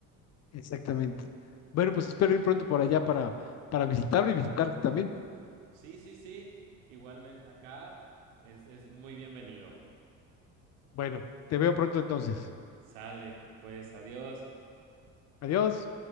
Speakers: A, on the left; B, on the right.
A: exactamente. Bueno, pues espero ir pronto por allá para, para visitarlo y visitarte también.
B: Sí, sí, sí. Igualmente acá es, es muy bienvenido.
A: Bueno, te veo pronto entonces.
B: Sale, pues adiós.
A: Adiós.